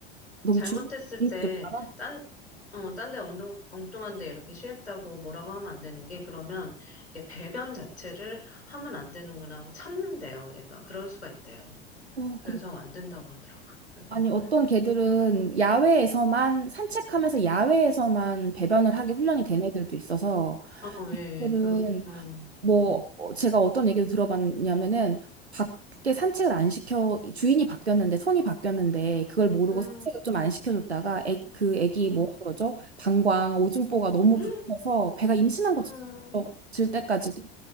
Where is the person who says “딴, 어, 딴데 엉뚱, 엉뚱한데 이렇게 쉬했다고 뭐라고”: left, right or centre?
Left